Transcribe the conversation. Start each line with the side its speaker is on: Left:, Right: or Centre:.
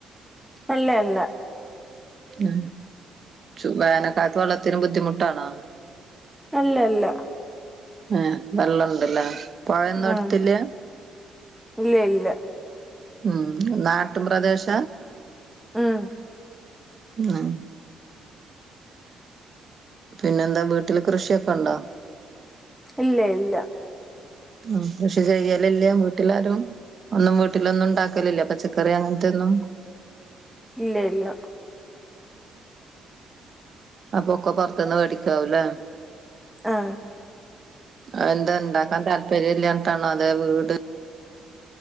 Centre: അല്ല അല്ല
Right: ഉം വേനൽക്കാലത്ത് വെള്ളത്തിന് ബുദ്ധിമുട്ടാണോ
Centre: അല്ല അല്ല
Right: ആഹ് വെള്ളം ഇണ്ടല്ലേ പോഴൊന്നും അടുത്തില്ല
Centre: ഉം ഇല്ല ഇല്ല
Right: ഉം നാട്ടും പ്രദേശ?
Centre: ഉം
Right: ആഹ് പിന്നെന്താ വീട്ടില് കൃഷിയൊക്കെ ഉണ്ടോ?
Centre: ഇല്ല ഇല്ല.
Right: ഉം കൃഷി ചെയ്യലലില്ലേ വീട്ടിലാരും? ഒന്നും വീട്ടിലൊന്നും ണ്ടാക്കലില്ലേ പച്ചക്കറി അങ്ങനത്തോന്നും.
Centre: ഇല്ല ഇല്ല.
Right: അപ്പൊ ഒക്കെ പൊറത്തുന്ന് മേടിക്കാവൂല്ലേ
Centre: ആഹ്
Right: അത് എന്തേ ഇണ്ടാക്കാൻ താല്പര്യം ഇല്ലയ്യി ട്ടാണോ അതേ വീട്